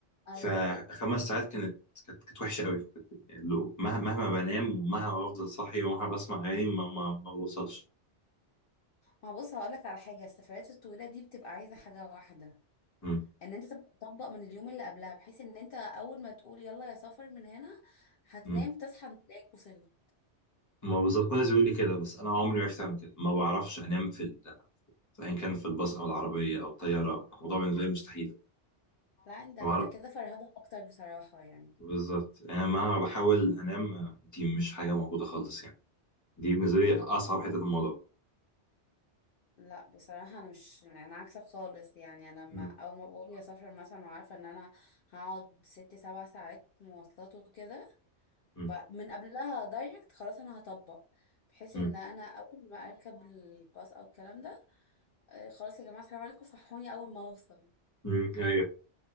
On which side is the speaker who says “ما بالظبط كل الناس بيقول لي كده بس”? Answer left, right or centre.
Left